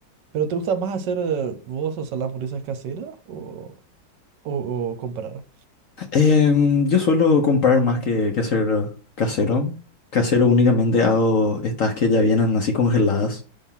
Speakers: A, on the right; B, on the left.
A: ¿pero te gusta más hacer eh, vos, o sea, las hamburguesas caseras o, o, o comprar?
B: Em, yo suelo comprar más que, que hacer casero. Casero únicamente hago estas que ya vienen así congeladas.